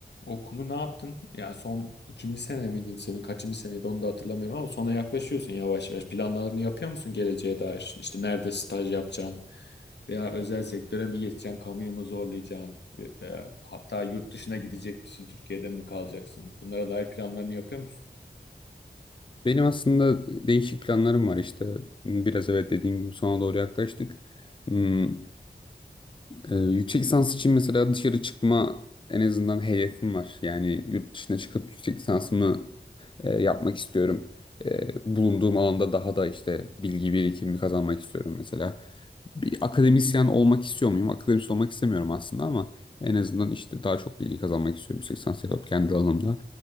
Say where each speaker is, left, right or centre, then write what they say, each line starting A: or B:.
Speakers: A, on the left; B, on the left.
A: Okulu ne yaptın? Yani son ikinci sene miydin senin? Kaçıncı seneydi onu da hatırlamıyorum ama sona yaklaşıyorsun yavaş yavaş. Planlarını yapıyor musun geleceğe dair? İşte nerede staj yapacaksın veya özel sektöre mi geçeceksin, kamuyu mu zorlayacaksın? Veya hatta yurt dışına gidecek misin, Türkiye'de mi kalacaksın? Bunlara dair planlarını yapıyor musun?
B: Benim aslında değişik planlarım var işte. Biraz evet dediğim gibi sona doğru yaklaştık. Hmm, e, yüksek lisans için mesela dışarı çıkma en azından hedefim var. Yani yurt dışına çıkıp yüksek lisansımı e, yapmak istiyorum. E, bulunduğum alanda daha da işte bilgi birikimi kazanmak istiyorum mesela. bir akademisyen olmak istiyor muyum? Akademisyen olmak istemiyorum aslında ama en azından işte daha çok bilgi kazanmak istiyorum yüksek lisans yapıp kendi alanımda.